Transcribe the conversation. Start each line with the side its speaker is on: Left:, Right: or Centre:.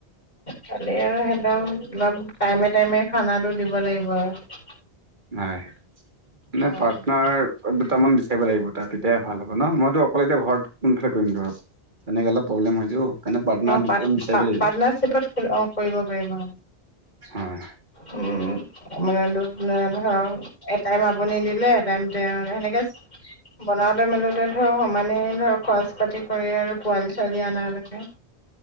Left: খালি আৰু সিহঁতক অলপ টাইমে টাইমে খানা দিব লাগিব আৰু।
Right: হয়। মানে
Left: অ',
Right: পাৰ্টনাৰ দুটামান বিচাৰিব লাগিব তাৰ তেতিয়াহে ভাল হ'ব ন মইতো অকলে এতিয়া ঘৰতোনফালে <inaudible> তেনেকে অলপ প্ৰব্লেম হৈছো পাৰ্টনাৰ দুজন
Left: পাট
Right: বিচাৰিব লাগিব।
Left: পাৰ্টনাৰশ্বিপত অ', কৰিব পাৰিব
Right: হয়।
Left: উম মানে <unintelligible> ক ধৰক এটাইম আপুনি দিলে এটাইম তেওঁ সেনেকে বনাওঁতে মেলোতে ধৰ সমানেই ধৰ খৰচ পাতি কৰি আৰু পোৱালী ছোৱালী আনালইকে